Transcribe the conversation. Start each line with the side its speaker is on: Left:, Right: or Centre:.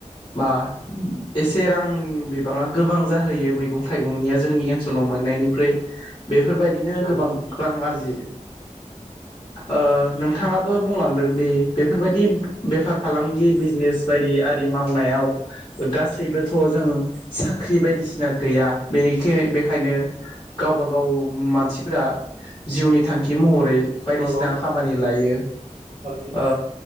Left: बा एसे रां बिबाङा गोबां जाहैयो मैगं थाइगंनिया जोंनि ओनसोलाव मोननायनिख्रुय बेफोरबायदिनो
Right: नंगौ
Left: गोबां रां आरजि ओ नोंथाङाबो बुंलांदों दि बेफोरबायदि बेफार फालांगि बिजनेस बायदि आरि मावनायाव गासैबोथ' जों साख्रि बायदिसिना गैया बेखैय बेखायनो गावबा गाव मानसिफ्रा जिउनि थांखि महरै बायदिसिना
Right: नंगौ
Left: खामानि लायो
Right: थारैनो
Left: ओ